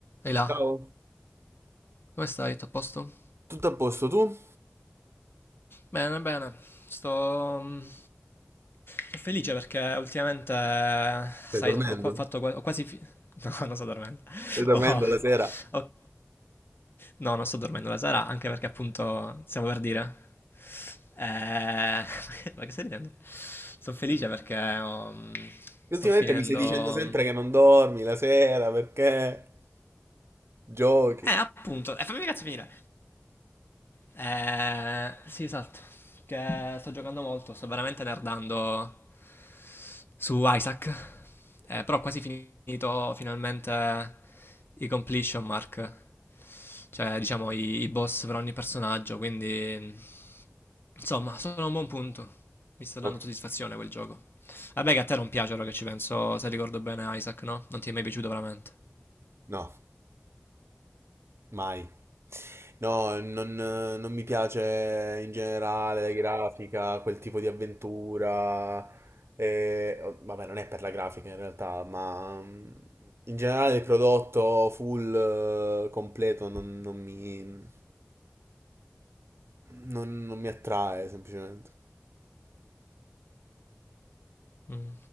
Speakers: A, on the left; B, on the right.
A: Ehi là,
B: Ciao.
A: come stai? Tutto a posto?
B: Tutto a posto tu?
A: Bene, bene, sto, mm, sto felice perché ultimamente, sai,
B: Stai dormendo?
A: ho, ho qua- fatto qua- ho quasi... fi- <laughs> No, non sto dormendo.
B: Stai dormendo
A: Ho-
B: la sera?
A: ho- No, non sto dormendo la sera, anche perché appunto stiamo per dire... Eh, <laughs> ma che stai ridendo? Sono felice perché ho, mm,
B: Che
A: sto
B: Ultimamente
A: finendo...
B: mi stai dicendo sempre
A: mm,
B: che non dormi la sera perché giochi.
A: Eh, appunto, eh, fammi cazzo finire. Eh, sì, esatto. Che sto giocando molto, sto veramente nerdando su Isaac. Eh, però ho quasi finito finalmente i completion mark, cioè diciamo i, i boss per ogni personaggio, quindi insomma sono a un buon punto. Mi sta dando
B: Oh,
A: soddisfazione quel gioco. Vabbè che a te non piace ora che ci penso, se ricordo bene Isaac, no? Non ti è mai piaciuto veramente.
B: No. Mai. No, non, non mi piace in generale la grafica, quel tipo di avventura. eh, oh, vabbè, non è per la grafica in realtà, ma mm, in generale il prodotto full, eh, completo non, non mi, non, non mi attrae semplicemente.
A: Mm.